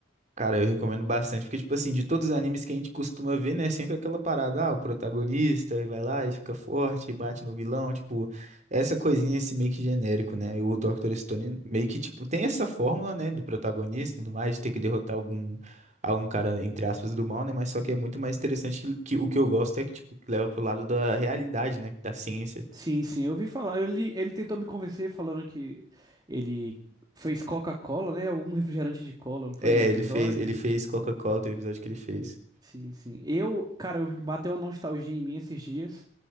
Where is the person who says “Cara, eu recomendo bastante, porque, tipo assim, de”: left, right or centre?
Right